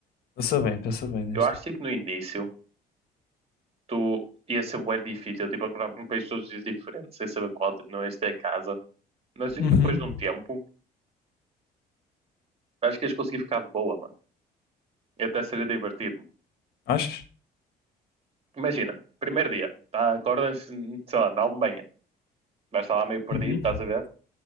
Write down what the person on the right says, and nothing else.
eu acho, tipo, no início, tu ia ser bué difícil, tipo, acordar para um país todos os dias diferente, sem saber qual, tipo, não é este é a casa. Mas, assim,
depois de um tempo, acho que ias conseguir ficar de boa, mano. E até seria divertido.
Imagina, primeiro dia, tá, acordas, sei lá, na Alemanha, vais estar lá meio perdido,
estás a ver?